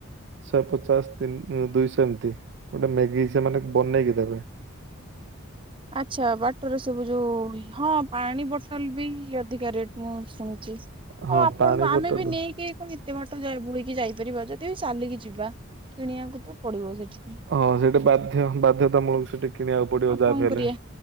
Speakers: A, on the right; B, on the right.
A: ଶହେ ପଚାଶ ତିନ ଦୁଇଶହ ଏମିତି। ଗୋଟେ ମେଗି ସେମାନେ ବନେଇକି ଦେବେ।
B: ଆଚ୍ଛା ବାଟରେ ସବୁ ଯୋଉ ହଁ ପାଣି ବୋଟଲ ବି ଅଧିକା ରେଟ୍। ମୁଁ ଶୁଣିୁଛି ଆଉ
A: ହଁ
B: ଆପଣ
A: ପାଣି ବୋଟଲ
B: ଆମେ ବି ନେଇକି ଏତେ ବାଟ ବୋହିକି ଯାଇପାରିବ ଯଦି ଚାଲିକି ଯିବା। କିଣିବାକୁ ତ ପଡିବ ସେଠିକି
A: ହଁ ସେଇଟା ବାଧ୍ୟ ବାଧ୍ୟତାମୂଳକ ସେଠି। କିଣିବାକୁ ପଡିବ
B: ଆଉ
A: ଯାହା
B: କଣ
A: ବି ହେଲେ
B: କରିବା